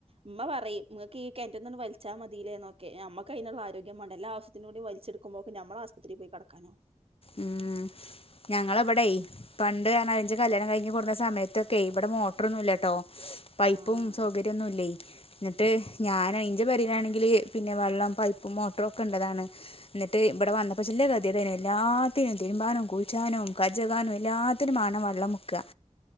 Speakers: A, on the right; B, on the left.
A: ഉമ്മ പറയും നിങ്ങക്ക് ക എറ്റൊന്നന്ന് വയിച്ചാൽ മതില്ലേ എന്നക്കെ നമക്ക് അതിനുള്ള ആരോഗ്യ വേണേ. എല്ല ആശ്യത്തിനൂടി വയ്ച്ചെടുമ്പോൾ നമ്മ ആശുപത്രിയിക്കാം കടക്കാനോ
B: ഉം ഞങ്ങള് വിടെ പണ്ട് ഞ അഞ്ച് കല്യാണം കഴിഞ്ഞ് കുറഞ്ഞ സമയത്തൊക്കെ ഇവിടെ മോട്ടറൊന്നുംല്ലാട്ടോ പൈപ്പും
A: ആഹ്
B: സൗകര്യന്നുംല്ല ന്നിട്ട് ഞാൻ അയിന്റെ പരിയിലാണെങ്കില് പിന്നെ വെള്ളം പൈപ്പും മോട്ടറും ഒക്കെള്ളതാണ് എന്നിട്ട് ഇവിടെ വന്നപ്പോ ചില കതിയെ എല്ലാത്തിനും തീരുമാനം ക ഉച്ചാനവും കജഗാനവും എല്ലാത്തിനുംമാണ് വെള്ളം മുക്കുക